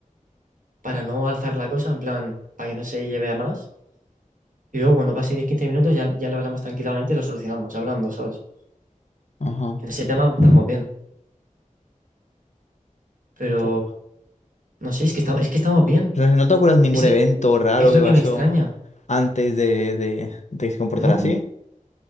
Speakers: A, on the right; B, on the left.
A: para no alzar la cosa, en plan, para que no se lleve a más. Y luego cuando pase 10 15 minutos ya, ya lo hablamos tranquilamente y lo solucionamos hablando, ¿sabes?
B: Ajá.
A: En ese tema estamos bien. Pero
B: Pu-
A: no sé, es que estamos, es que estamos bien.
B: Pero no te acuerdas de ningún
A: Es,
B: evento raro
A: es
B: que
A: lo
B: pasó.
A: que me extraña.
B: antes de, de, de que se comportara
A: No,
B: así.